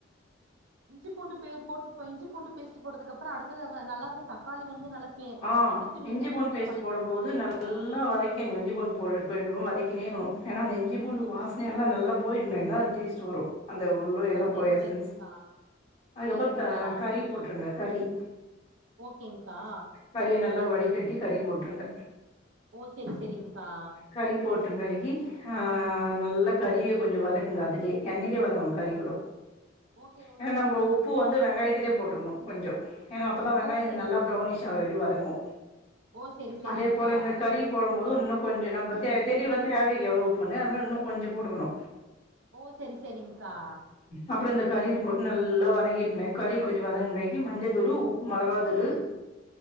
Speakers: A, on the right; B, on the left.
A: இஞ்சி பூண்டு பே போட்டு இஞ்சி பூண்டு பேஸ்ட் போட்டதுக் அப்ரோ அடுத்தது நல்லா வந்து தக்காளி வந்து நல்லா பே
B: ஆ
A: எண்ணெ பிரிஞ்சு
B: இஞ்சி
A: வர
B: பூண்டு
A: அளவுக்கு
B: பேஸ்ட்
A: நல்லா வணக்கி
B: போடும்
A: விட்டுருவீங்களாங்க்கா
B: போது நல்லா வதக் இஞ்சி பூண்டு போயி போயிட் வதக்கினோகினு ஏனா அந்த இஞ்சி பூண்டு
A: ஓ
B: வாசனையெல்லா நல்லாப் போயிட்னேதா அந் டேஸ்ட் வரும் அந்த உள்ளு
A: ஓ
B: எல்லாபோயி
A: செரி
B: எசன்ஸ்
A: செரிங்க்கா
B: அதுக்
A: சேரிங்க்கா
B: அப்புரோ கறி போட்டுருங்க கறி
A: ஓகேங்கா
B: கறிய நல்லா வடிகட்டி கறி போட்ருங்க
A: ஓ செரி செரிங்கா
B: கறி போட்டுங்கறிக்கி ஆ நல்லா கறிய கொஞ்சோ வதக்குங்க அதுலயே எண்ணெயிலயே வதங்கணு கறி
A: ஓ
B: கூடோ
A: ஓகே ஓகேங்க்கா
B: ஏனா நம்ம உப்பு வந்து வெங்காயத்திலே போட்டுட்ணு கொஞ்ஜோ ஏனா அப்பதா வெங்காயோ
A: ஓ செரி
B: நல்லா பௌனிஷ் ஆவர வரி வதங்கு
A: ஓ செரி செரிங்க்கா
B: அதே போல இந்த கறி போடும் போதும் இன்னு கொஞ்ச நம்ம தெ தெரியு இல்ல தேவைக்கு எவ்ளோ உப்புன்னு அது மரி இன்னு கொஞ்ச போடுக்கணு
A: ஓ செரி செரி்ங்கா
B: அப்புற இந்த கறில போட்டு நல்லா வதங்கிட்னே கறி கொஞ்ச வதங்கினேக்கி மஞ்ச தூளு உப்பு மௌவா தூளு